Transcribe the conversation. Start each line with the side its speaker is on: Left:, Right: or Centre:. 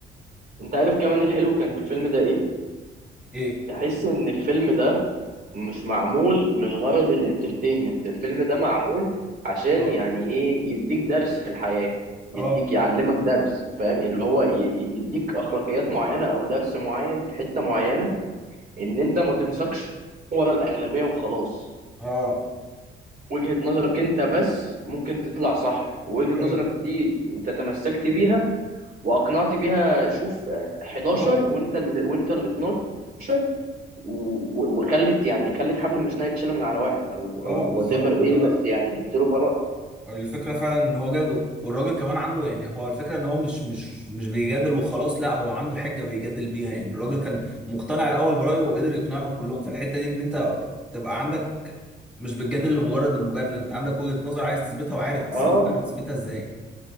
Right: انت عارف كمان الحلو كان في الفيلم ده ايه
Centre: ايه
Right: تحس ان الفيلم ده مش معمول من غرض الانترتينمنت الفيلم ده معمول عشان
Centre: اه
Right: يعني ايه يديك درس في الحياة يديك
Centre: اه
Right: يعلمك درس فاهم اللي هو ي- ي- يديك اخلاقيات معينة او درس معين في حتة معينة ان انت ما تنساقش ورا الاغلبية وخلاص
Centre: اه
Right: وجهة نظرك انت بس ممكن تطلع صح ووجهة
Centre: ايوه
Right: نظرك دي انت تمسكت بيها واقنعت بيها شوف آه، 11
Centre: اه
Right: وانت ال... وانت ال 12 و- و- وخلت يعني خلت حبل المسنه يتشال من على واحد او
Centre: اه
Right: او
Centre: بالظبط
Right: وات ايفر ايه
Centre: لا
Right: بس
Centre: لا
Right: يعني جبت له براءه
Centre: الفكرة فعلا ان هو جامد والراجل كمان عنده يعني هو الفكرة ان هو مش مش مش بيجادل وخلاص لا هو عنده حجة بيجادل بيها يعني الراجل كان مقتنع الاول برأيه وقدر يقنعهم كلهم فالحتة دي ان انت تبقى عندك مش بتجادل لمجرد المجادلة انت عندك وجهة نظر عايز تثبتها وعارف تثبت
Right: اه
Centre: عارف تثبتها ازاي